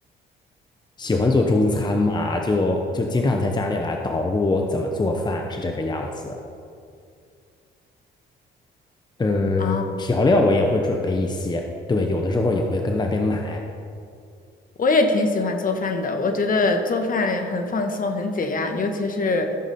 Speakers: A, on the left; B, on the left.
A: 喜欢做中餐嘛，就就经常在家里来捣鼓怎么做饭，是这个样子。嗯，
B: 啊？
A: 调料我也会准备一些，对，有的时候也会跟外边买。
B: 我也挺喜欢做饭的，我觉得做饭很放松，很解压，尤其是